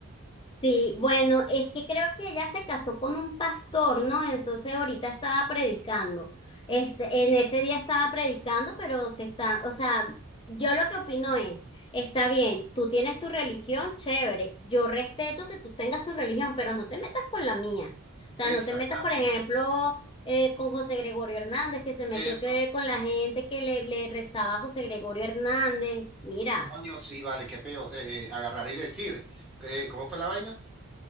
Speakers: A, on the left; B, in the centre.
A: Sí, bueno, es que creo que ella se casó con un pastor, ¿no? Entonces ahorita estaba predicando. Este, en ese día estaba predicando, pero se está, o sea, yo lo que opino es, está bien, tú tienes tu religión, chévere. Yo respeto que tú tengas tu religión, pero no te metas con la mía. O sea,
B: Exactamente.
A: no te metas, por ejemplo, eh, con José Gregorio Hernández, que se metió
B: Eso.
A: que con la gente que le, le rezaba a José Gregorio Hernández. Mira.
B: Coño, sí, vale, qué peo. eh, eh, agarrar y decir, eh, ¿cómo fue la vaina?